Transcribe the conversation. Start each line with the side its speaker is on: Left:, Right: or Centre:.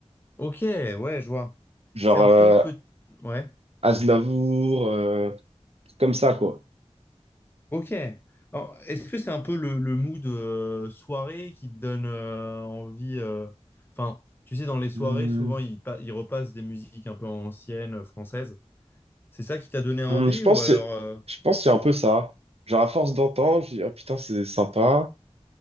Left: Ok, ouais, je vois.
Right: genre
Left: C'est un
Right: euh,
Left: peu peut... Ouais,
Right: Aznavour, euh, comme ça, quoi.
Left: ok. Alors, est-ce que c'est un peu le, le mood euh, soirée qui te donne euh, envie euh, Enfin, tu sais, dans les soirées,
Right: Hmm.
Left: souvent, ils, pa- ils repassent des musiques un peu anciennes, euh, françaises. C'est ça qui t'a donné envie
Right: Hum, je pense,
Left: ou alors
Right: que-
Left: euh,
Right: je pense qu'il y un peu ça. Genre, à force d'entendre, je dis, ah putain, c'est sympa.